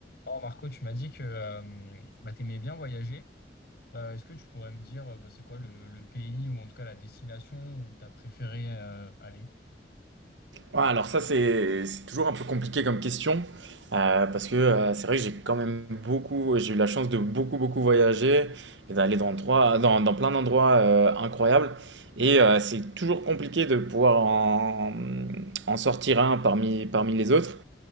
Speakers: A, on the left (about 60°); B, on the right (about 80°).
A: Oh Marco, tu m'as dit que euh, bah, tu aimais bien voyager. Euh, est-ce que tu pourrais me dire euh, bah, c'est quoi le, le pays ou en tout cas la destination où tu as préféré euh, aller?
B: Ouais, alors ça, c'est c'est toujours un peu compliqué comme question, euh, parce que euh, c'est vrai que j'ai quand même beaucoup, j'ai eu la chance de beaucoup, beaucoup voyager et d'aller dans, trois- dans, dans plein d'endroits euh, incroyables. Et euh, c'est toujours compliqué de pouvoir en, en sortir un parmi, parmi les autres.